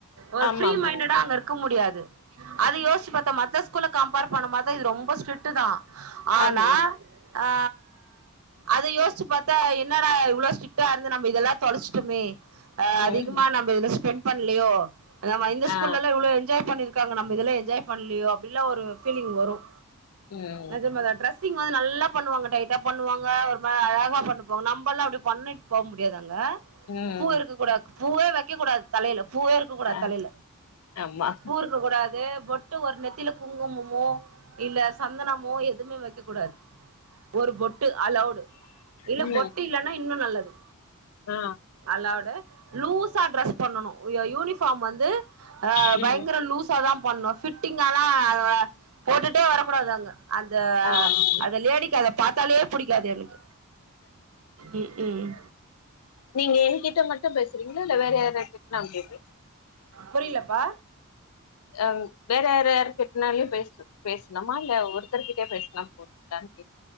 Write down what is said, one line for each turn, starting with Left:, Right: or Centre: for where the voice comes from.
Right: ஒரு
Left: ஆமாமா
Right: ஃபிரீ மைண்டடா அங்க இரு க்க முடியாது அத யோசிச்சு பாத்தா மத்த ஸ்கூல கம்பேர் பண்ணம் போது இது ரொம்ப ஸ்ரிக்ட் தா ஆனா
Left: ஆமா
Right: ஆ அத யோசிச்சு பாத்தா என்னடா இவ்ளோ ஸ்ட்ரிக்ட்டா இருந்து நம்ம இதெல்லா தொலச்சுட்டமே ஆ
Left: ம்
Right: அதிகமா நம்ம இத ஸ்பெண்ட் பண்லையோ நம்ம இந்த ஸ்கூல்லல்லா
Left: ஆ
Right: இவ்ளோ என்ஜாய் பண்ணிரு இருக்காங்க நம்ம இதுல என்ஜாய் பண்ணலோ அப்டில்லா ஒரு பீலிங் வரும்
Left: ம்
Right: நெஜமாதா டிரஸ்ட் ஸிங் வந்து நல்லா பண்ணுவாங்க டைட்டா பண்ணுவாங்க ஒரு அழகா பண்ணுவாங்க நம்மல்லா அப்படி பண்ணிட்டு போக முடியாது அங்க
Left: ம்
Right: பூ இருக்க கூடாது பூவே வைக்கக் கூடாது தலையில பூவே இருக்கு க்க கூடாது
Left: ஆ
Right: தலையில
Left: ஆமா
Right: பூ இருக்க கூடாது பொட்டு ஒரு நெத்தில குங்குமமோ இல்ல சந்தனமோ எதுவுமே வைக்க கூடாது ஒரு பொட்டு அலவுடு இல்ல
Left: ம்
Right: பொட்டு இல்லைன்னா இன்னும் நல்லது
Left: ஆ
Right: அல்லோட லூஸா ட்ரெஸ் பண்ணணும் யூனிபார்ம் வந்து ஆ
Left: ம்
Right: பயங்கர லூஸா தா பண்ணும் ஃபிட்டிங்கால்லா போட்டுட்டே வரக்கூடாது அங்க அந்த
Left: ஆ
Right: அந்த லேடிக்கு அத பாத்தாலே புடிக்காது எனக்கு ம் ம்
Left: நீங்க என்கிட்ட மட்டும் பேசுறீங்களா இல்ல வேற யாரு கிட்டன்னா பேசு
Right: புரியலப்பா
Left: ஆ வேற யார் யார்க்கிட்டனாலயும் பேச பேசணுமா இல்ல ஒருத்தருர்கிட்டயே பேசலா போது <unintelligible>